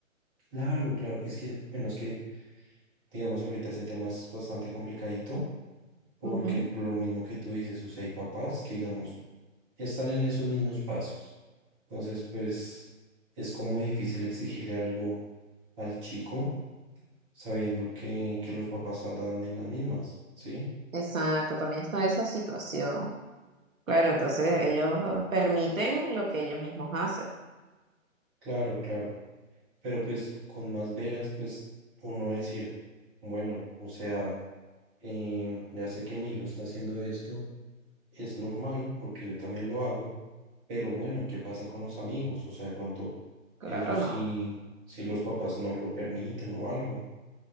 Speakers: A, on the right; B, on the right.
A: Claro, claro, es que, bueno, es que, digamos, ahorita ese tema es bastante complicadito, porque
B: Ujú.
A: por lo mismo que tú dices, o sea, hay papás que, digamos, están en esos mismos pasos Entonces, pues es como difícil exigirle algo al chico sabiendo que, que los papás andan en las mismas, ¿sí?
B: Exacto, también está esa situación. Claro, entonces ellos eh, permiten lo que ellos mismos hacen.
A: Claro, claro. Pero pues con más veras, pues uno decir, bueno, o sea, em, ya sé que mi hijo está haciendo esto, es normal porque yo también lo hago, pero bueno, ¿qué pasa con los amigos? O sea, de pronto ellos
B: Claro, no.
A: sí, si los papás no lo permiten o algo.